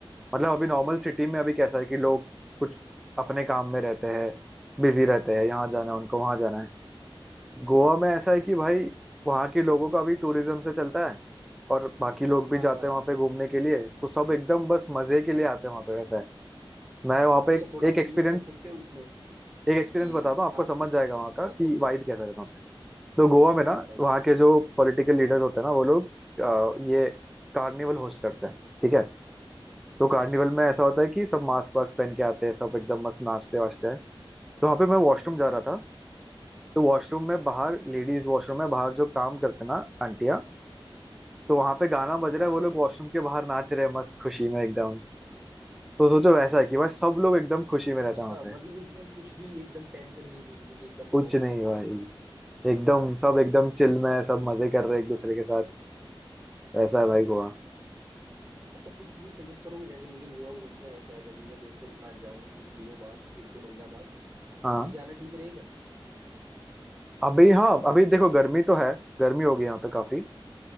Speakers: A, in the centre; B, on the right.
A: मतलब अभी नॉर्मल सिटी में अभी कैसा है कि लोग कुछ अपने काम में रहते हैं बिजी रहते हैं यहाँ जाना है उनको वहां जाना है गोवा में ऐसा है कि भाई वहाँ के लोगों का भी टूरिज्म से चलता है और बाकी लोग भी
B: का।
A: जाते
B: हाँ हाँ
A: हैं वहाँ पे घूमने के लिए तो सब एकदम बस मजे के लिए आते हैं वहाँ पे वैसा है मैं वहाँ पे
B: अच्छा
A: एक
B: थोड़ा
A: एक
B: आप सजेस्ट
A: एक्सपीरियंस
B: कर सकते हो उसमें
A: एक एक्सपीरियंस
B: कि
A: बताता हूँ
B: हाँ
A: आपको समझ जाएगा वहाँ का
B: बताओ
A: कि
B: बताओ
A: वाइब कैसा रहता है वहाँ पे तो गोवा में ना
B: बताओ
A: वहाँ
B: बताओ
A: के जो पॉलिटिकल लीडर्स होते हैं ना वो लोग अ, ये कार्निवल होस्ट करते हैं ठीक है तो कार्निवल
B: अच्छा अच्छा
A: में ऐसा होता है कि सब मास्क वास्क पहन के आते हैं सब एकदम मस्त नाचते वाचते हैं तो वहाँ पे मैं वॉशरूम जा रहा था तो वॉशरूम में बाहर लेडीज वॉशरूम में बाहर जो काम करते हैं ना आंटियाँ तो वहां पे गाना बज रहा
B: हाँ
A: है
B: हाँ
A: वो
B: करते
A: लोग वॉशरूम
B: हैं।
A: के बाहर नाच रहे हैं मस्त खुशी में एकदम तो सोचो वैसा है कि भाई सब लोग एकदम खुशी में
B: अच्छा
A: रहते हैं वहां पे
B: मतलब एकदम कुछ भी एकदम टेंशन नहीं जिंदगी के एकदम माहौल
A: कुछ नहीं भाई
B: में
A: एकदम सब एकदम चिल में है, सब मजे कर रहे हैं एक दूसरे के साथ वैसा है भाई गोवा
B: अच्छा कुछ चीज सजेस्ट करोगे जैसे मुझे गोवा घूमना है शायद अभी मैं दोस्तों के साथ जाऊं कुछ दिनों बाद एक दो महीना बाद
A: हाँ
B: अभी जाना ठीक रहेगा
A: अभी हाँ अभी देखो गर्मी तो है गर्मी होगी यहाँ पे काफी